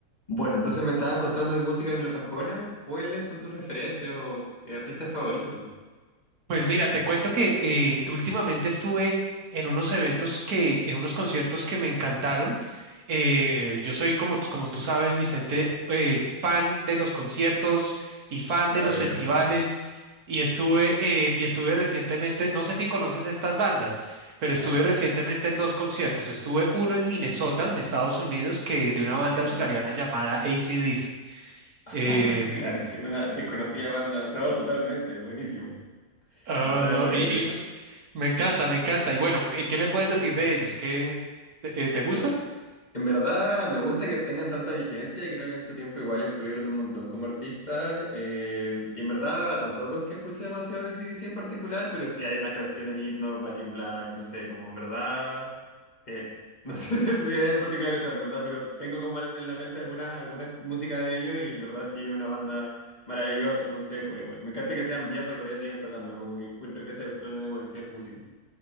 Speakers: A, on the left; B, on the right.
A: Bueno, entonces me estabas contando de música anglosajona. ¿Cuáles son tus referentes o eh, artistas favoritos?
B: Pues mira, te cuento que eh, últimamente estuve en unos eventos que, en unos conciertos que me encantaron. Eh, yo soy, como, t- como tú sabes, Vicente, eh, fan de los conciertos y fan
A: Maravilloso.
B: de los festivales. Y estuve, eh, y estuve recientemente, no sé si conoces estas bandas, pero
A: Ajá,
B: estuve recientemente en dos conciertos. Estuve uno en Minnesota, en Estados Unidos, que de una
A: ok.
B: banda australiana llamada AC/DC.
A: <laughs>
B: Em,
A: Claro, sí, una desconocida banda. Todo totalmente, buenísimo.
B: ah,
A: Totalmente.
B: no, y, y- Me encanta, me encanta. Y bueno, ¿qué, qué me puedes decir de ellos? ¿Qué, te eh, te gustan?
A: Pues en verdad me gusta que tengan tanta vigencia y creo que en su tiempo igual influyeron un montón como artistas. eh, y en verdad tampoco es que escuche demasiado de AC/DC en particular, pero sí hay unas canciones, himnos, Back in Black, no sé, como en verdad, eh, no <laughs> sé si si es en particular esa, en verdad, pero tengo como en en la mente algunas algunas música de ellos y en verdad sí es una banda maravillosa, son secos igual. Me encanta que sean viejos y todavía sigan tocando, como que encuentro que ese es el sueño de cualquier músico.